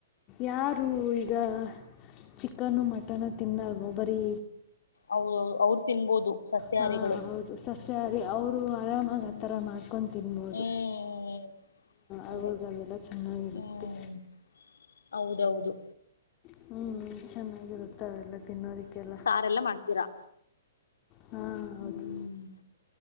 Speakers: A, on the left; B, on the left.
A: ಯಾರು ಈಗ ಚಿಕನ್ ಮಟನ್ನು ತಿನ್ನಲ್ವೋ ಬರೀ
B: ಹೌದೌದು ಅವ್ರು ತಿನ್ಬೋದು ಸಸ್ಯಾಹಾರಿಗಳು
A: ಹಾ ಹೌದು ಸಸ್ಯಹಾರಿ ಅವರು ಆರಾಮಾಗಿ
B: ಹ್ಮ್
A: ಆ ಥರ ಮಾಡ್ಕೊಂಡು ತಿನ್ಬೋದು
B: ಹ್ಮ್
A: ಆಗೋದಾಗೆಲ್ಲ
B: ಅದೇ
A: ಚೆನ್ನಾಗಿರುತ್ತೆ
B: ಹ್ಮ್ ಹೌದೌದು
A: ಹೂ ಚೆನ್ನಾಗಿರುತ್ತವೆೆಲ್ಲ ತಿನ್ನೋದಿಕ್ಕೆಲ್ಲ
B: ಅದು ಎಲ್ಲ ಮಾಡ್ತೀರಾ
A: ಹಾ
B: ಹ್ಮ್
A: ಹೌದು